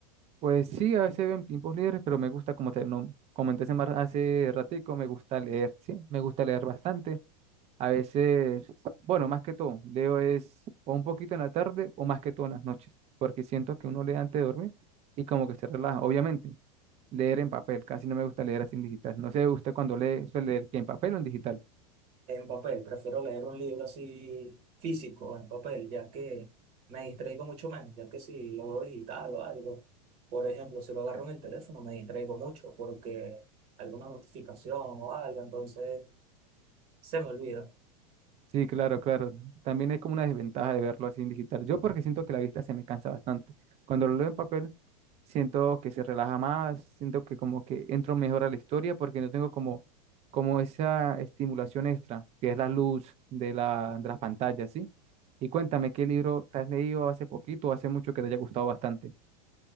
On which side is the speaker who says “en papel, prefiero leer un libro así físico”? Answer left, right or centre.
Right